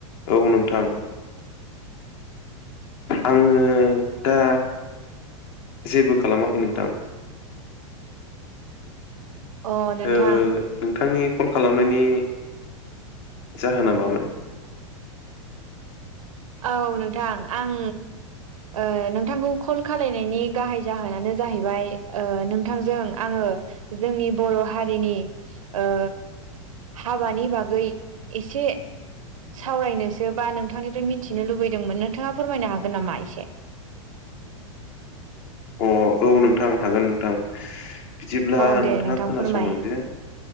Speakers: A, on the left; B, on the right.
A: औ नोंथां आंङो दा जेबो खालामाखै नोंथां
B: अ नोंथां
A: ओ नोंथांनि कल खालामनायनि जाहोना मामोन?
B: औ नोंथां आं ओ नोंथांखौ कल खालायनायनि गाहाय जाहोनानो जाहैबाय ओ नोंथांजों आंङो जोंनि बर' हारिनि ओ हाबानि बागै एसे सावरायनोसो बा नोंथांनिफ्राय मिथिनो लुबैदोंमोन नोंथाङा फोरमायनो हागोन नामा एसे <inaudible>
A: अ औ नोंथां हागोन नोंथां बिदिब्ला
B: अ दे
A: नोंथाङा
B: नोंथां
A: खोनासंलांदो
B: फोरमाय